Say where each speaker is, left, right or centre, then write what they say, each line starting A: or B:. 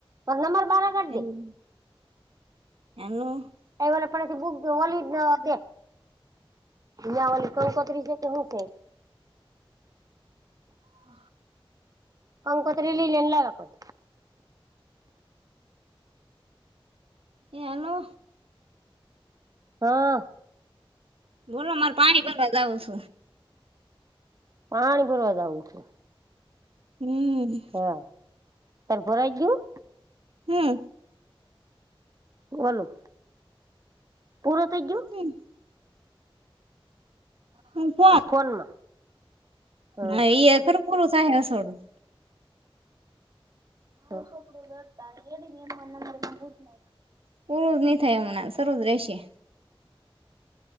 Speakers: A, on the right; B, on the right.
A: પણ નમાર બાર કાઢ
B: હેલો,
A: દે
B: એલો.
A: એ વલ આપડાથી બુક જોવાલી જ અવાદે. યા વોલી કંકોત્રી છે, કે હું છે ઈ?
B: હા
A: કંકોતરી લઈ લી ને, લાઈ આ કોર.
B: એ, હાલો.
A: હં
B: બોલો, મારે પાણી ભરવા જાવુ છ.
A: પાણી ભરવા જાઉ છે.
B: હમ્મ.
A: હા, તારે ભરાઈ ગ્યું?
B: હમ
A: બોલો, પુરુ થઇ ગ્યુ?
B: <unintelligible> હું ફોન
A: આ ફોનમાં. હા
B: ના, ઈ એખર પુડું સાહે અસોડું.
A: ઘ <unintelligible>
B: પૂરું જ નહીં થાય હમણાં. સરુ જ રહેશે.